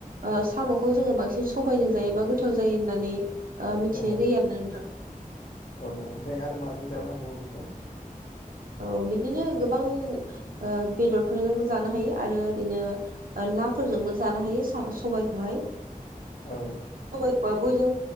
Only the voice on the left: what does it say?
औ
औ ओमफ्राय आरो माजों जानो
हाबावो बेखौ
औ